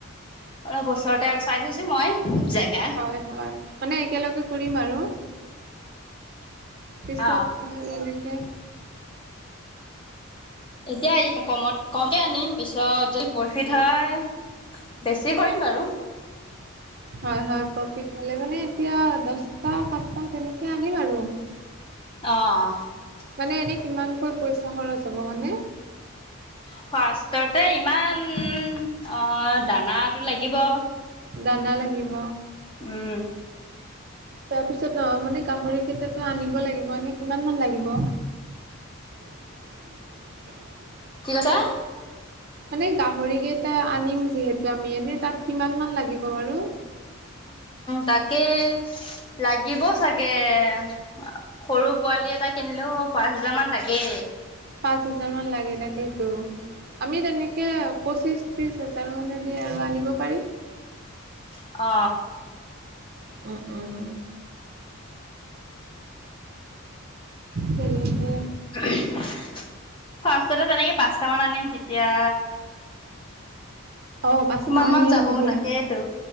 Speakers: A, on the left; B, on the right.
A: অলপ ওচৰতে আৰু চাই থৈছো মই জেগা
B: হয় হয় মানে একেলগে কৰিম আৰু পিছত।
A: অ
B: তাকে
A: এতিয়া আহ কমত কমে আনিম পিছত যদি প্ৰফিত হয়। বেছি কৰিম বাৰু।
B: হয় হয় প্ৰফিট হলে মানে এতিয়া দচটা, পাঁচটা তেনেকে আনিম আৰু।
A: অ
B: মানে এনে কিমানকৈ পইচা খৰচ হ'ব মানে।
A: ফাৰ্ষ্টতে ইমান অ দানাটো লাগিব।
B: দানা লাগিব।
A: উম!
B: তাৰপিছত অ মানে গাহৰি কেইটাতো আনিব লাগিব এনেই কিমান মান লাগিব।
A: <unintelligible>
B: <unintelligible>
A: কি কৈছা।
B: মানে গাহৰি কেইটা আনিম যিহেতু আমি এনেই তাত কিমান মান লাগিব বাৰু।
A: তাকে লাগিব চাগে সৰু পোৱালি এটা কিনিলেও পাঁচ হোজাৰ মান লাগে।
B: পাঁচ হাজাৰ মান লাগে তাকেইতো আমি তেনেকে পঁচিশ ত্ৰিশ হাজাৰ মানে দি আৰু আনিব পাৰি
A: অ
B: উম উম তেনেকে
A: ফাৰ্ষ্টতে তেনেকে পাঁচট মান আনিম তেতিয়া
B: অ পাঁচত
A: কিমান
B: মানে
A: মান যাব
B: নিম দিয়া
A: তাকেইতো